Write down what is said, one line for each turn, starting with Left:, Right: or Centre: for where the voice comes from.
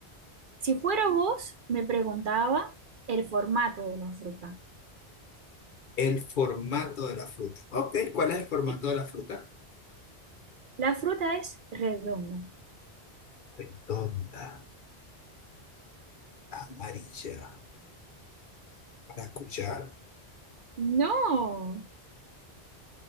Right: Si fuera vos, me preguntaba el formato de la fruta.
Left: El formato de la fruta. Ok, ¿cuál es el formato
Right: Sí,
Left: de la fruta?
Right: la fruta es redonda.
Left: Redonda, amarilla, maracuyá,
Right: No,